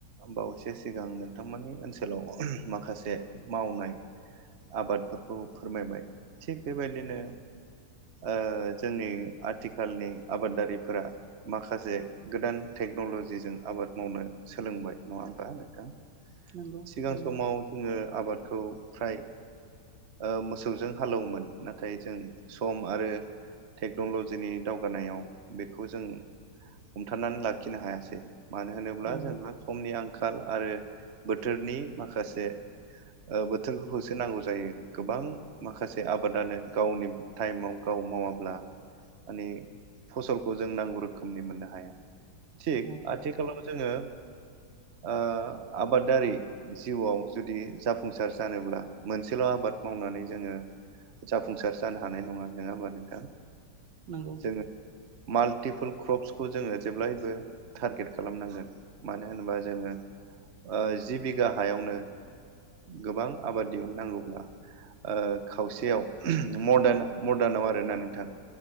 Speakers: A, on the right (about 45°); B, on the right (about 70°).
A: बावैसो से सिगां नोंथांमोननि ओनसोलाव माखासे मावनाय आबादफोरखौ फोरमायबाय थिग बेबायदिनो ओ जोंनि आथिखालनि आबादारिफोरा माखासे गोदान टेक्न'ल'जिजों आबाद मावनो सोलोंबाय नङा होमबा नोंथां
B: नंगौ
A: सिगां
B: नंगौ
A: समाव जोङो आबाद खौ फ्राय ओ मोसौजों हालौवोमोन नाथाय जों सम आरो टेक्न'लजिनि दावगानायाव बेखौ जों हमथानानै लाखिनो हायासै मानो होनोब्ला
B: नंगौ
A: जोंना समनि आं खाल आरो बोथोरनि माखासे ओ बोथोरखौसो नांगौ जायो गोबां माखासे आबादानो गावनि टाइमाव गाव मावाब्ला मानि फसलखौ जों नांगौ रोखोमनि मोननो हाया थिग
B: औ
A: आथिखालाव जोङो ओ आबादारि जिउआव जुदि जाफुंसार जानोब्ला मोनसेल' आबाद मावनानै जोङो जाफुंसार जानो हानाय नङा नोङा होनबा नोंथां
B: नोंगौ
A: जोङो माल्टिपोल क्रप्सखौ जोङो जेब्लायबो टारगेट खालामनांगोन मानो होनोबा जोङो ओ जि बिगा हायावनो गोबां आबाद दिहुननांगौब्ला ओ खावसेयाव मडान मदानाव आरोना नोंथां